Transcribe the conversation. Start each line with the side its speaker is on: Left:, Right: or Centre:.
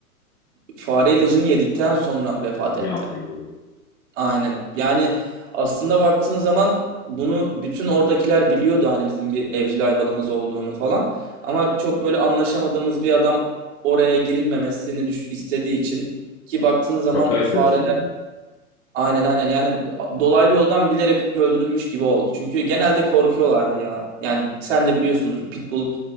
Right: Fare ilacını yedikten sonra vefat etti.
Left: Yapma. ya.
Right: Aynen. Yani aslında baktığın zaman bunu bütün oradakiler biliyordu hani bizim bir evcil hayvanımız olduğunu falan. Ama çok böyle anlaşamadığımız bir adam oraya girilmemesini düş- istediği için ki baktığın zaman
Left: Şaka yapıyorsun.
Right: fare Aynen aynen yani dolaylı yoldan bilerek öldürülmüş gibi oldu. Çünkü genelde korkuyorlardı ya. Yani sen de biliyorsundur Pitbull